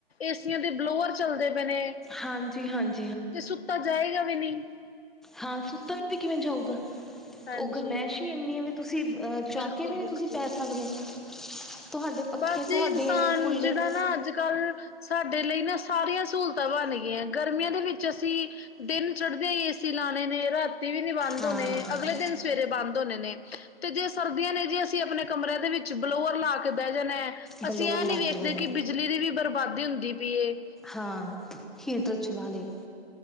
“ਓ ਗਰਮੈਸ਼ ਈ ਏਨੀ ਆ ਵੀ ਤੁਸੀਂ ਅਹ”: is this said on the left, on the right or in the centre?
Centre